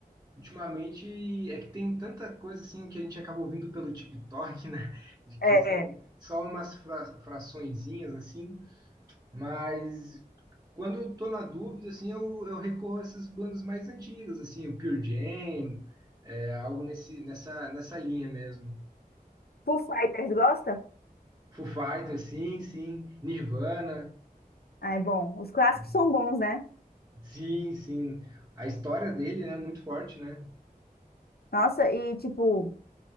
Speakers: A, on the right; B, on the left.
A: Ultimamente é que tem tanta coisa assim que a gente acaba ouvindo pelo TikTok, né? De que
B: É,
A: são só umas fra fraçõezinhas assim, mas quando eu tô na dúvida, assim, eu, eu recorro a essas bandas mais antigas, assim, o Pure Jam, é, algo nesse, nessa, nessa linha mesmo.
B: Foo Fighters, gosta?
A: Foo Fighters, sim, sim. Nirvana,
B: Ah, é bom. Os clássicos
A: né?
B: são bons, né?
A: sim, sim. A história dele, né, é muito forte, né?
B: Nossa, e tipo,